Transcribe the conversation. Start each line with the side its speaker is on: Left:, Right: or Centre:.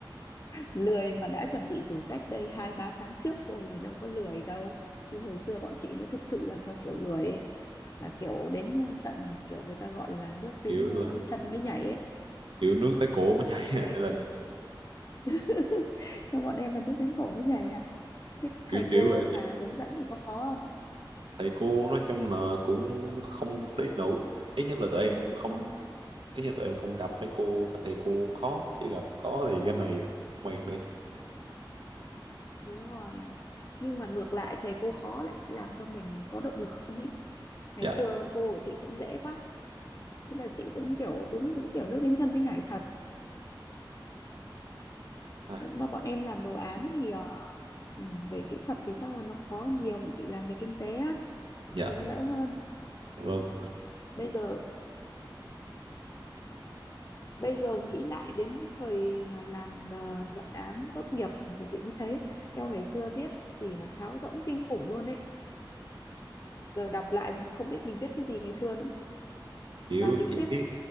Left: lười mà đã chuẩn bị từ cách đây hai ba tháng trước rồi thì đâu có lười đâu Như hồi xưa bọn chị mới thực sự là theo kiểu lười ấy là kiểu đến ờ, tận kiểu người ta gọi là nước đến
Right: kiểu
Left: ờ,
Right: là
Left: chân mới nhảy ấy
Right: kiểu nước tới cổ mới chảy <laughs>
Left: các
Right: hay
Left: em
Right: là
Left: là <laughs> cho bọn em là nước đến cổ mới nhảy hả thế thầy
Right: kiểu kiểu
Left: cô
Right: vậy
Left: mà
Right: chị
Left: hướng dẫn thì có khó không
Right: thầy cô nói chung là cũng không đến nổi ít nhất là tụi em cũng không
Left: ừ,
Right: ít nhất tụi em không gặp mấy cô mấy thầy cô khó chỉ gặp có thì cái này cũng mệt nữa chị
Left: đúng rồi nhưng mà ngược lại thầy cô khó lại làm cho mình có động lực hơn ý ngày
Right: dạ
Left: xưa cô của chị cũng dễ quá thế là chị cũng kiểu đúng cũng kiểu nước đến chân mới nhảy thật
Right: Ai,
Left: mà bọn em làm đồ án thì ờ, ừ, về kỹ thuật thì chắc là nó khó hơn nhiều bọn chị làm về kinh tế á
Right: dạ
Left: thì nó đỡ hơn
Right: vâng
Left: bây giờ bây giờ nghĩ lại đến cái thời mà làm ờ, luận án tốt nghiệp thì chị mới thấy eo ngày xưa viết gì mà sáo rỗng kinh khủng luôn ấy giờ đọc lại không biết mình viết cái gì ngày xưa nữa
Right: kiểu
Left: toàn lý
Right: chị
Left: thuyết
Right: viết